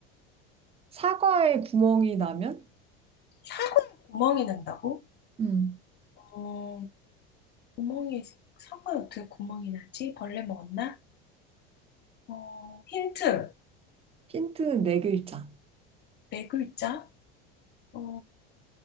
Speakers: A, on the right; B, on the left.
A: 사과에 구멍이 나면?
B: 사과에 구멍이 난다고?
A: 음.
B: 어, 구멍이, 사과에 어떻게 구멍이 나지? 벌레 먹었나? 어, 힌트.
A: 힌트는 네 글자.
B: 네 글자? 어,